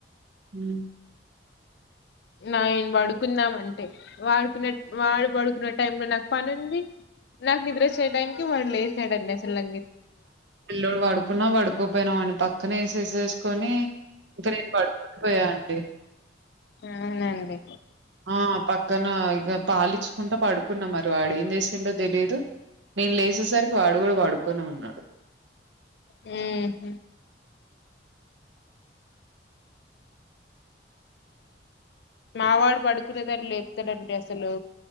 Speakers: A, on the right; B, on the left.
A: హ్మ
B: నయను పడుకుందాం అంటే వాడుకున్న వాడు పడుకున్న టైం లో నాకు పని ఉంది నాకు నిద్ర వచ్చే టైంకి వాడు లేసాడుండి అసల
A: పిల్ల్లోడు పడుకున్నా పడుకోపోయినా వాడిని పక్క అక్కనే వేసేసేసుకొని ఇంకా నేను పడుకుండి పోయా అండి తె
B: అవునండి
A: ఆ పక్కన ఇక పాలిచ్చుకుంటా పడుకున్నా మరి వాడేం చేసిండో తెలియదు నేను లేసేసరికి వాడు కూడా పడుకొనే ఉన్నాడు
B: ఉం మావాడు పడుకునేదాన్ని లేపుతాడండి అసలు